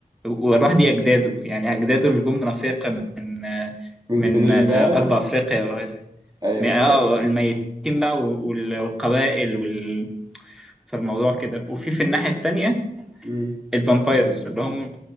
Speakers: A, in the centre; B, on the right (about 25°).
A: والأرواح دي أجداده يعني أجداده اللي جم من أفريقيا من آه،
B: من
A: من
B: سنين
A: آه،
B: بقى
A: غرب أفريقيا وغيره
B: ايوه
A: من- آه،
B: ف
A: الميتين بقى وال- والقبائل وال... فالموضوع كده وفي في الناحية التانية
B: مم.
A: الفامبايرز اللي هم